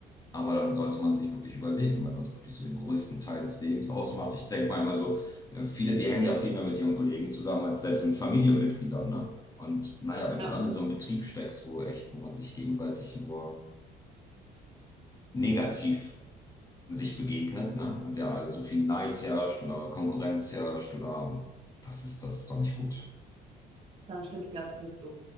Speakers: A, on the left; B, on the right.
A: Aber dann sollte man sich wirklich überlegen, wenn das wirklich so den größten Teil des Lebens ausmacht. Ich denke manchmal so, äh, viele, die hängen ja viel mehr mit ihren Kollegen zusammen als selbst mit Familienmitgliedern, ne? Und naja, wenn
B: ja,
A: du dann in so einem Betrieb steckst, wo echt, wo man sich gegenseitig nur negativ sich begegnet, ne? Und der so viel Neid herrscht oder Konkurrenz herrscht oder das ist, das ist doch nicht gut.
B: da stimme ich dir absolut zu.